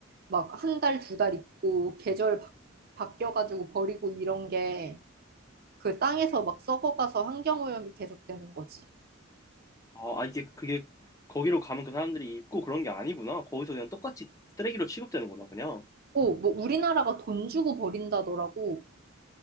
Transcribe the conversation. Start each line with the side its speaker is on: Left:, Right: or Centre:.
Right: 막 한 달, 두 달 입고 계절 바, 바뀌어가지고 버리고 이런 게 그 땅에서 막 썩어가서 환경오염이 계속되는 거지.
Left: 아, 아, 이게 그게 거기로 가면 그 사람들이 입고 그런 게 아니구나. 거기서 그냥 똑같이 쓰레기로 취급되는구나, 그냥.
Right: 오, 뭐 우리나라가 돈 주고 버린다더라고.